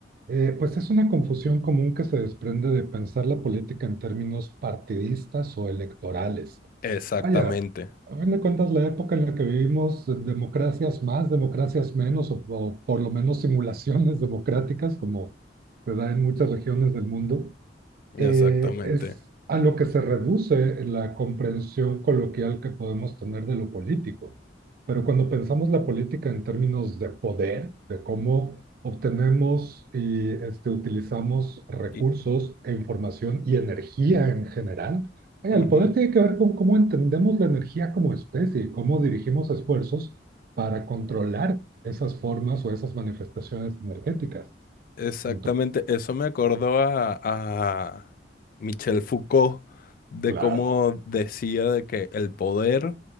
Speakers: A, on the right; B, on the left.
A: eh, pues es una confusión común que se desprende de pensar la política en términos partidistas o electorales.
B: Exactamente,
A: Vaya, a fin de cuentas, la época en la que vivimos, eh, democracias más, democracias menos, o, o por lo menos simulaciones democráticas, como se da en muchas regiones del mundo,
B: exactamente.
A: eh, es a lo que se reduce la comprensión coloquial que podemos tener de lo político. Pero cuando pensamos la política en términos de poder, de cómo obtenemos y este, utilizamos recursos
B: Y,
A: e información y energía en general, vaya,
B: ujú,
A: el poder tiene que ver con cómo entendemos la energía como especie y cómo dirigimos esfuerzos para controlar esas formas o esas manifestaciones energéticas.
B: Exactamente,
A: Entonces,
B: eso me acordó a, a Michel Foucault de
A: claro,
B: cómo decía de que el poder